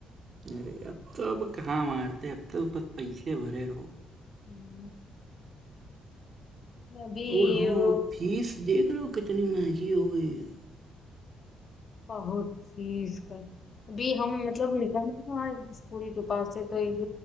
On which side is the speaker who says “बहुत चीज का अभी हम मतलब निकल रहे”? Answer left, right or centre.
Left